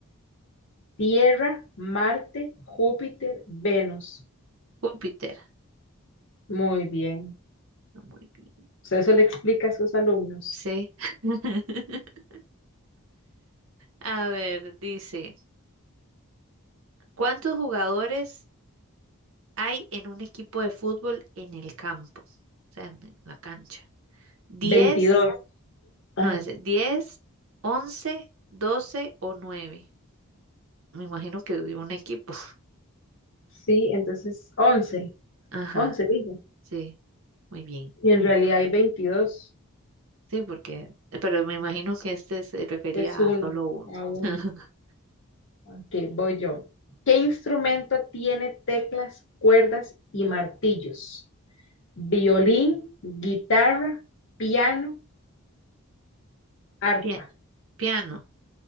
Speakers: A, on the left (about 55°); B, on the right (about 60°).
A: Tierra, Marte, Júpiter, Venus.
B: Júpiter.
A: Muy bien.
B: Ah, Muy bien.
A: O sea, eso le explica a sus alumnos.
B: Sí. <laughs> A ver, dice, ¿cuántos jugadores hay en un equipo de fútbol en el campo? O sea, en en la cancha. ¿Diez?
A: veintidós
B: No,
A: Ah,
B: es diez, once, doce o nueve. Me imagino que de un equipo.
A: sí, entonces once
B: Ajá,
A: once digo.
B: sí, muy bien.
A: Y en realidad hay veintidós
B: Sí, porque, eh, pero me imagino que este se refería
A: Es uno
B: a solo uno.
A: a uno.
B: <laughs>
A: Ok, voy yo. ¿Qué instrumento tiene teclas, cuerdas y martillos? Violín, guitarra, piano, arpa,
B: Pia- piano.